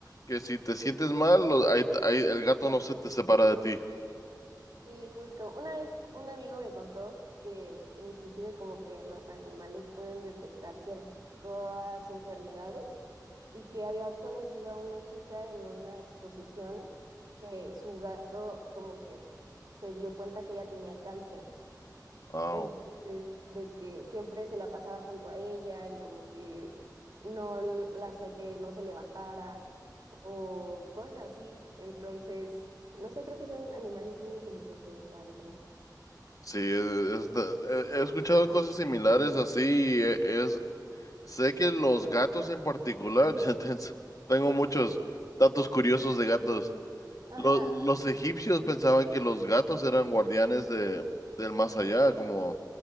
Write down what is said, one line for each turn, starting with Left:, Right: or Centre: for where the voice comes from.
Left: que si te sientes mal, lo- ahí- ahí el gato no se te separa de ti.
Right: Sí, justo. Una vez un amigo me contó que inclusive como que los animales pueden detectar ciertas enfermedades y que había conocido a una chica en una exposición que su gato como que se dio cuenta que ella tenía cáncer.
Left: Wow.
Right: Entonces, de que siempre se la pasaba junto a ella y como que no l- la hacía que no se levantara o cosas así. Entonces, no sé, creo que son animales muy inteligentes, la verdad.
Left: Sí, es- es- he he escuchado cosas similares así. y e- Es, sé que los gatos en particular, <laughs> ya te- tengo muchos datos curiosos de gatos.
Right: Ajá,
Left: Lo- los egipcios pensaban que los gatos eran guardianes de, del más allá, como